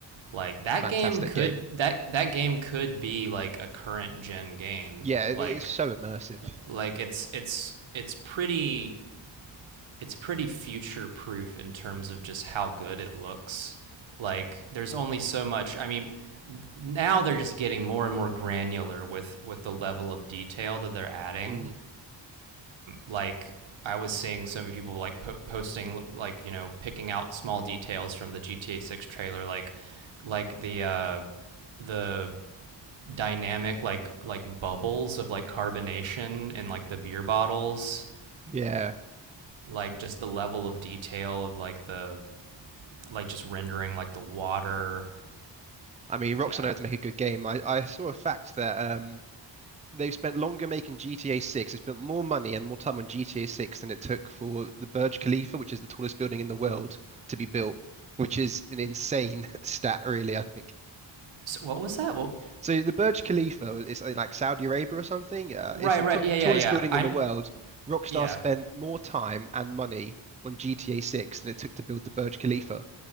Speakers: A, on the right; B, on the right.
A: like that
B: Fantastic
A: game could
B: game.
A: that that game could be like a current gen game.
B: Yeah, it,
A: Like
B: it's so immersive.
A: like it's it's it's pretty it's pretty future proof in terms of just how good it looks. Like there's only so much. I mean, now they're just getting more and more granular with with the level of detail that they're adding.
B: Mm.
A: Like I was seeing so many people like po- posting like you know picking out small details from the GTA 6 trailer like like the uh the dynamic like like bubbles of like carbonation in like the beer bottles
B: Yeah.
A: like just the level of detail of like the like just rendering like the water.
B: I mean, Rockstar
A: Yeah.
B: know how to make a good game. I, I saw a fact that um they've spent longer making GTA 6. They spent more money and more time on GTA 6 than it took for the Burj Khalifa, which is the tallest building in the world, to be built, which is an insane <laughs> stat, really, I think.
A: So what was that? Well,
B: So the Burj Khalifa is uh, like Saudi Arabia or something. Uh,
A: right,
B: it's the
A: right.
B: t
A: Yeah, yeah,
B: tallest
A: yeah.
B: building
A: I
B: in the world. Rockstar
A: yeah.
B: spent more time and money on GTA 6 than it took to build the Burj Khalifa.